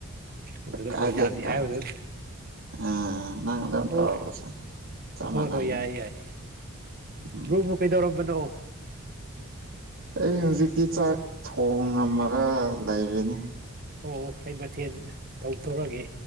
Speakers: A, on the right; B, on the right.
A: ꯑꯗꯨꯅ
B: ꯀꯥꯏꯗꯦ
A: ꯕꯣ ꯌꯥꯗꯦ
B: ꯀꯥꯏꯗꯦ
A: ꯍꯥꯏꯕꯗ
B: ꯑ ꯅꯪꯗ
A: ꯑꯣ
B: ꯇꯧꯔꯔꯄꯁ ꯆꯃꯅ
A: ꯍꯣꯏ ꯍꯣꯏ ꯌꯥꯏ ꯌꯥꯏ
B: ꯎꯝ
A: ꯕ꯭ꯔꯣꯕꯨ ꯀꯩꯗꯧꯔꯝꯕꯅꯣ
B: ꯑꯩ ꯍꯧꯖꯤꯛꯇꯤ ꯆꯥꯛ ꯊꯣꯡꯉꯝꯃꯒ ꯂꯩꯔꯅꯤ
A: ꯑꯣ ꯑꯩ ꯃꯊꯦꯜ ꯇꯧꯊꯣꯔꯒꯦ